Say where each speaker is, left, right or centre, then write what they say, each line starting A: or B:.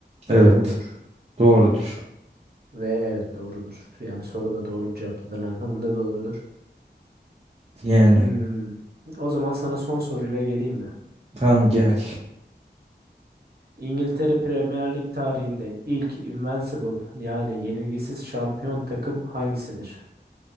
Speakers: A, on the right (about 35°); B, on the right (about 60°).
A: Evet,
B: Doğru mudur?
A: doğrudur.
B: Ve evet doğrudur. Yani soru da doğru cevapladığın anlamında doğrudur.
A: Yani
B: Hmm. O zaman sana son soruyla geleyim mi?
A: tam gel.
B: İngiltere Premier Lig tarihinde ilk Invincible yani yenilgisiz şampiyon takım hangisidir?